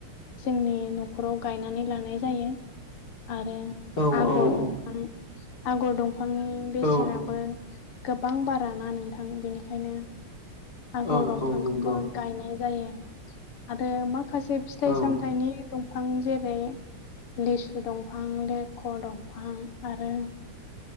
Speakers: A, on the left; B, on the left.
A: जोंनि न'खराव गायनानै लानाय जायो। आरो
B: औ
A: आगर
B: औ
A: दंफां आगर दंफांनि बेसेनाबो
B: औ
A: गोबां बारा ना नोंथां बेनिखायनो आगर
B: औ
A: दंफांखौबो
B: औ नंगौ
A: गायनाय जायो आरो माखासे फिथाइ
B: औ
A: सामथायनि दं दंफां जेरै लिसु दंफां लेर ख' दंफां आरो